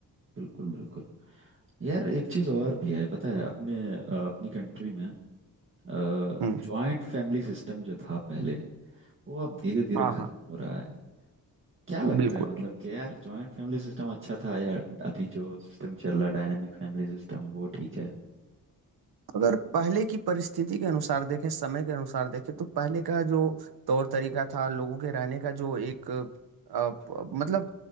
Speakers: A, on the right; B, on the right.
A: बिल्कुल बिल्कुल यार एक चीज और भी है पता है अपने अ, अपनी कंट्री में जॉइंट
B: हम्म
A: फैमिली सिस्टम जो था पहले वो अब धीरे धीरे
B: हाँ
A: खत्म
B: हाँ
A: हो रहा है क्या लगता
B: बिल्कुल
A: है मतलब कि यार जॉइंट फैमिली सिस्टम अच्छा था या अभी जो सिस्टम चल रहा है डायनेमिक फैमिली सिस्टम वो ठीक है
B: अगर पहले की परिस्थिति के अनुसार देखें समय के अनुसार देखें तो पहले का जो तौर तरीका था लोगों के रहने का जो एक अ, प- मतलब